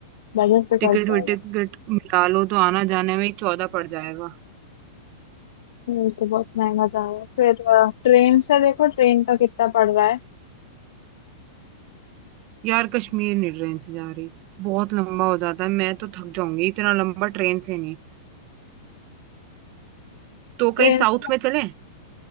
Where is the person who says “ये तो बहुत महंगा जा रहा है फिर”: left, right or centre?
Left